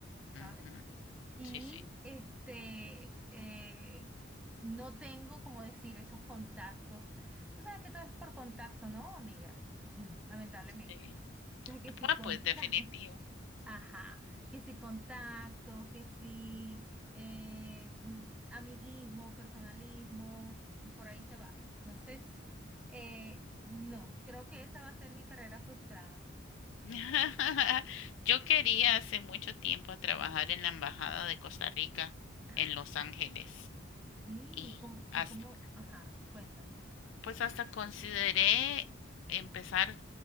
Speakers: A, in the centre; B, on the left.
A: ¿sabes?
B: ujú, ujú.
A: Y
B: Sí, sí.
A: este, eh, no tengo, como decir, esos contactos. Tú sabes que todo es por contacto, ¿no, amiga? <laughs> Hmm, lamentablemente.
B: Sí.
A: Entonces, que si
B: Ah,
A: contacto,
B: pues definitivo.
A: <laughs> ajá, que si contacto, que si eh, mm, amiguismo, personalismo, por ahí se va. Entonces, eh, no, creo que esa va a ser mi carrera frustrada.
B: <laughs> Yo quería hace mucho tiempo trabajar en la Embajada de Costa Rica
A: Ah,
B: en Los Ángeles
A: sí,
B: y
A: y como, y
B: hasta,
A: como, ajá, cuéntame.
B: pues hasta consideré empezar